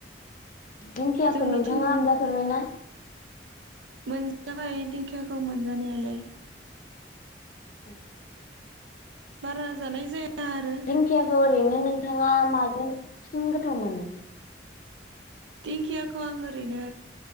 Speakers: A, on the left; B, on the right.
A: दिंखियाखौ
B: जोंनिथिं
A: नोंथाङा मोनजाफेरबायना?
B: मोनजाबाय दिंखियाखौ मोनजानायालाय
A: औ
B: बारा जानाय जाया आरो
A: दिंखियाखौ ओरैनो नोंथाङा माजों बांसिन गोथाव मोनो
B: दिंखियाखौ आं ओरैनो